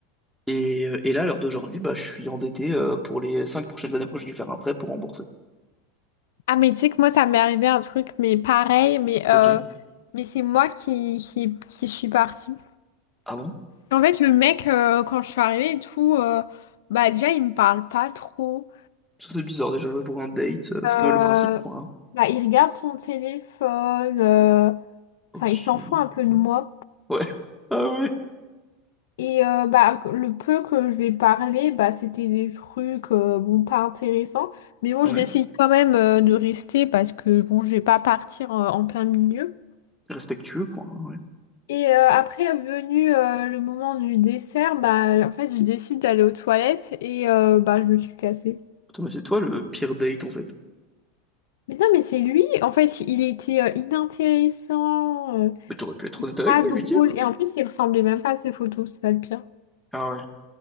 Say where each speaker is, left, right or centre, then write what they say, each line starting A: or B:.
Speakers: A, in the centre; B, on the left.
A: Et, euh, et là, à l'heure d'aujourd'hui, bah, je suis endetté euh, pour les cinq prochaines années. Après, j'ai dû faire un prêt pour rembourser.
B: Ah, mais tu sais que moi, ça m'est arrivé un truc, mais pareil, mais, euh,
A: Ok.
B: mais c'est moi qui, qui, qui suis partie.
A: Ah bon?
B: En fait, le mec, euh, quand je suis arrivée et tout, euh, bah déjà, il me parle pas trop.
A: Ça, c'est bizarre déjà pour un date. euh,
B: Euh,
A: C'est quand même le principe, quoi. hein.
B: bah, il regarde son téléphone, euh,
A: Ok.
B: enfin, il s'en fout un peu de moi.
A: Ouais. <laughs> Ah ouais.
B: Et euh, bah, que- le peu que je lui ai parlé, bah, c'était des trucs euh, bon, pas intéressants. Mais bon,
A: Ouais.
B: je décide quand même euh, de rester parce que bon, je vais pas partir euh, en plein milieu.
A: Respectueux, quoi. hein, ouais.
B: Et euh, après, venu euh, le moment du dessert, bah, en fait, je décide d'aller aux toilettes et euh, bah, je me suis cassée.
A: Attends, mais c'est toi le pire date en fait.
B: Mais non, mais c'est lui, en fait, il était euh, inintéressant, euh,
A: Mais t'aurais pu être honnête avec
B: pas
A: lui,
B: drôle.
A: lui dire.
B: Et en plus, il ressemblait même pas à ses photos, c'est ça le pire.
A: Ah ouais,